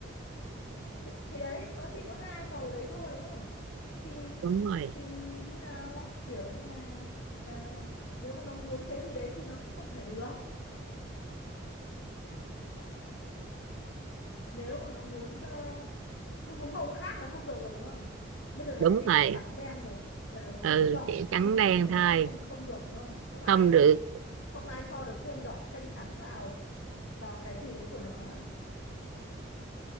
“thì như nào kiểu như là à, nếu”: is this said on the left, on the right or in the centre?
Left